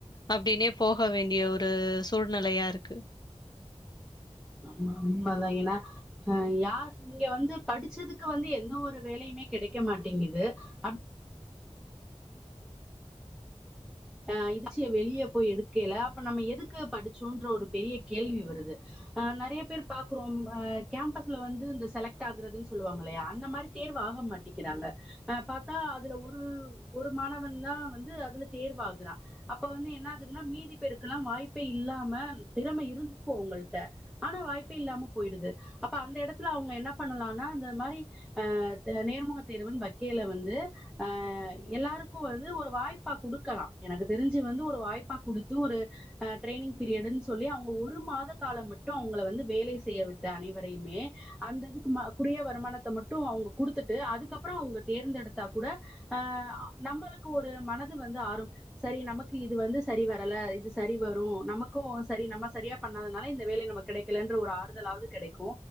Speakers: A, on the left (about 40°); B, in the centre.
A: அப்டின்னே போக வேண் டிய ஒரு சூழ்நிலையா இருக்கு
B: ஆமா உண்மதா ஏன்னா அ யார் இங்க வந்து படிச்சதுக்கு வந்து எந்த ஒரு வேலையுமே கெடைக்க மாட்டேங்குது அப் அ இதிச்சிய வெளிய போய் எடுக்கேயில அப்ப நம்ம எதுக்கு படிச்சோன்ற ஒரு பெரிய கேள்வி வருது அ நெறையா பேர் பாக்குறோ அ கேம்பஸ்ல வந்து இந்த செலக்ட் ஆகுறதுன்னு சொல்லுவாங்க இல்லயா அந்த மாறி தேர்வ் ஆக மாட்டிக்கிறாங்க அ பாத்தா அதுல ஒரு ஒரு மாணவன் தா வந்து அதுல தேர்வாகுறா அப்ப வந்து என்ன ஆகுதுன்னா மீதி பேருக்ல்லா வாய்ப்பே இல்லாம திறமை இருந் இருக்கு ஒங்கள்ட்ட ஆனா வாய்ப்பே இல்லாம போயிடுது அப்ப அந்த எடத்துல அவுங்க என்ன பண்ணலானா இந்த மாறி அ த நேர்முக தேர்வுனு வக்கேல வந்து அ எல்லாருக்கு வந்து ஒரு வாய்ப்பா குடுக்கலா எனக்கு தெரிஞ்சு வந்து ஒரு வாய்ப்பா குடுத்து ஒரு அ ட்ரைனிங் பீரியடுன் சொல்லி அவுங்க ஒரு மாத காலம் மட்டும் அவுங்கள வந்து வேலை செய்ய விட்டு அனைவரையுமே அந்த இதுக்கு ம குறிய வருமானத்த மட்டு அவுங்க குடுத்துட்டு அதுக்கப்புறோ அவுங்க தேர்ந்தெடுத்தா கூட அ நம்மளுக்கு ஒரு மனது வந்து ஆறும் சரி நமக்கு இது வந்து சரி வரல இது சரி வரு நமக்கூ சரி நம்ம சரியா பண்ணாதுனால இந்த வேலை நமக் கெடை கிலன்ற ஒரு ஆறுதலாவ்து கெடைக்கு